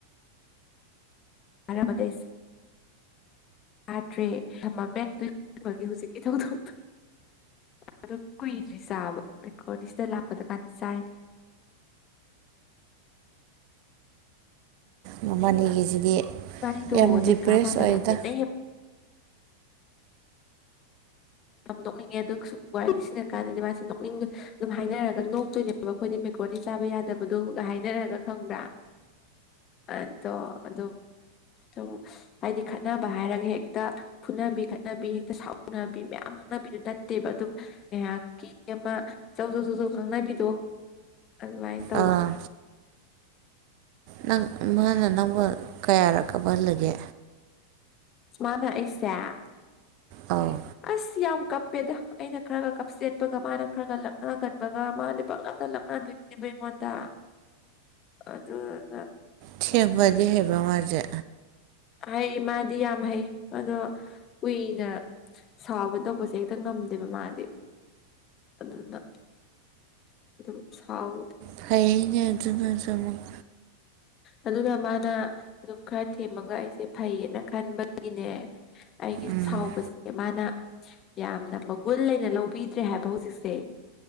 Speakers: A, on the left; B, on the right.
A: ꯑꯥꯏꯔꯝꯃꯗꯩꯁ ꯑꯥꯗ꯭ꯔꯦ ꯊꯝꯃꯝꯃꯦ ꯑꯗꯨꯏ ꯃꯒꯤ ꯍꯨꯖꯤꯛꯀꯤ ꯊꯧꯗꯣꯛꯇꯣ ꯑꯗꯣ ꯀꯨꯏꯗ꯭ꯔꯤ ꯆꯥꯕ ꯃꯦꯀ꯭ꯔꯣꯅꯤ ꯁꯤꯗ ꯂꯥꯛꯄꯗꯀꯥꯟꯗ ꯆꯥꯏꯅꯦ
B: ꯅꯃꯥꯅꯤꯒꯤꯁꯤꯗꯤ
A: ꯃꯥꯅꯤꯗꯣ
B: ꯌꯥꯝ ꯗꯤꯄ꯭ꯔꯦꯁ
A: ꯂꯦꯡꯒꯥ ꯃꯥꯟꯅꯕ
B: ꯑꯣꯏꯗ
A: ꯌꯥꯝ ꯌꯦꯠꯅꯩꯌꯦ ꯌꯥꯝ ꯅꯣꯛꯅꯤꯡꯉꯦ ꯑꯗꯨ ꯁꯨꯝ ꯋꯥꯔꯤ ꯅꯤꯡꯁꯤꯡꯅꯔ ꯀꯥꯟꯗꯗꯤ ꯃꯥꯁꯤ ꯅꯣꯛꯅꯤꯡꯗ ꯑꯗꯨꯝ ꯍꯥꯏꯅꯔꯒ ꯅꯣꯛꯇꯣꯏꯅꯦꯕ ꯑꯩꯈꯣꯏꯗꯤ ꯃꯦꯀ꯭ꯔꯣꯅꯤ ꯆꯥꯕ ꯌꯥꯗꯕꯗꯨꯒ ꯍꯥꯏꯅꯔꯒ ꯈꯪꯕ꯭ꯔꯥ ꯑꯗꯣ ꯑꯗꯨꯝ ꯇꯨꯝ ꯍꯥꯏꯗꯤ ꯈꯠꯅꯕ ꯍꯥꯏꯔꯒ ꯍꯦꯛꯇ ꯐꯨꯅꯕꯤ ꯈꯠꯅꯕꯤ ꯍꯦꯛꯇ ꯁꯥꯎꯅꯕꯤ ꯃꯌꯥꯝ ꯌꯥꯝ ꯉꯥꯡꯅꯕꯤꯗꯣ ꯅꯠꯇꯦꯕ ꯑꯗꯨꯝ ꯉꯥꯏꯍꯥꯛꯀꯤ ꯑꯃ ꯖꯧ ꯖꯧ ꯖꯧ ꯖꯧ ꯉꯥꯡꯅꯕꯤꯗꯣ ꯑꯗꯨꯃꯥꯏꯟ ꯇꯧꯕ
B: ꯑꯥ ꯅꯪ ꯃꯥꯅ ꯅꯪꯕꯨ ꯀꯌꯥꯔꯛ ꯀꯥꯞꯍꯜꯂꯒꯦ
A: ꯃꯥꯅ ꯑꯩꯁꯦ
B: ꯑꯧ
A: ꯑꯁ ꯌꯥꯝ ꯀꯞꯄꯦꯗ ꯑꯩꯅ ꯈꯔꯒ ꯀꯞꯆꯦꯠꯄꯒ ꯃꯥꯅ ꯈꯔꯒ ꯂꯛꯅꯒꯟꯕꯒ ꯃꯥꯗꯤ ꯄꯪꯂꯛꯇ ꯂꯛꯅꯗꯣꯏ ꯅꯦꯕ ꯑꯩꯉꯣꯟꯗ ꯑꯗꯨꯗꯨꯅ
B: ꯊꯦꯝꯕꯗꯤ ꯍꯩꯕ꯭ꯔꯣ ꯃꯥꯖꯦ
A: ꯍꯩ ꯃꯥꯗꯤ ꯌꯥꯝ ꯍꯩ ꯑꯗꯣ ꯀꯨꯏꯅ ꯁꯥꯎꯒꯗꯧꯕꯁꯦ ꯍꯦꯛꯇ ꯉꯝꯗꯦꯕ ꯃꯥꯗꯤ ꯑꯗꯨꯗꯨꯅ ꯑꯗꯨ ꯁꯥꯎ
B: ꯐꯩꯅꯦ ꯑꯗꯨꯅꯁꯨ ꯑꯃꯨꯛ
A: ꯑꯗꯨꯅ ꯃꯥꯅ ꯑꯗꯨꯝ ꯈꯔ ꯊꯦꯝꯃꯒ ꯑꯩꯁꯦ ꯐꯩꯌꯦꯅ ꯈꯟꯕꯒꯤꯅꯦ ꯑꯩꯒꯤ
B: ꯎꯝ
A: ꯁꯥꯎꯕꯁꯦ ꯃꯥꯅ ꯌꯥꯝꯅ ꯃꯒꯨꯟ ꯂꯩꯅ ꯂꯧꯕꯤꯗ꯭ꯔꯦ ꯍꯥꯏꯕ ꯍꯧꯖꯤꯛꯁꯦ